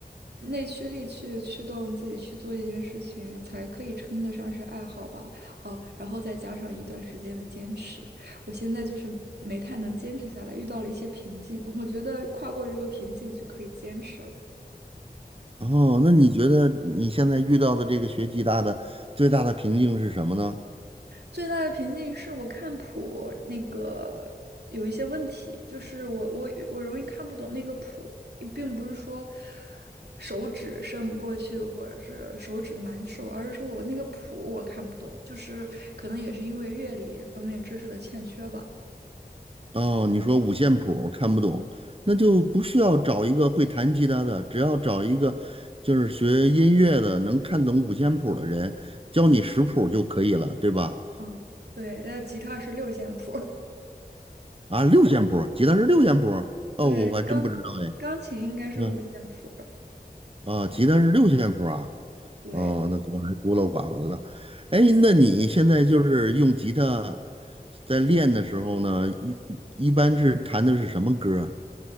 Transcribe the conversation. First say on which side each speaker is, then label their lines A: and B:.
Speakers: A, on the right (about 80°); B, on the right (about 35°).
A: 内驱力去驱动自己去做一件事情，才可以称得上是爱好吧。哦，然后再加上一段时间的坚持，我现在就是没太能坚持下来，遇到了一些瓶颈。我觉得跨过这个瓶颈就可以坚持了。
B: 哦，那你觉得你现在遇到的这个学吉他的最大的瓶颈是什么呢？
A: 最大的瓶颈是我看谱那个有一些问题，就是我我我容易看不懂那个谱，并不是说手指伸不过去或者是手指难受，而是说我那个谱我看不懂，就是可能也是因为乐理方面知识的欠缺吧。
B: 哦，你说五线谱看不懂，那就不需要找一个会弹吉他的，只要找一个就是学音乐的能看懂五线谱的人，教你识谱就可以了，对吧？
A: 嗯，对，那吉他是六线谱，
B: 啊，六线谱，吉他是六线谱，
A: <laughs>
B: 哦，
A: 对，
B: 我还真不知道哎。
A: 钢钢琴应该是五线谱，
B: 嗯啊，吉他是六线谱啊，
A: 对。
B: 哦，那果然孤陋寡闻了。哎，那你现在就是用吉他在练的时候呢，一一般是弹的是什么歌儿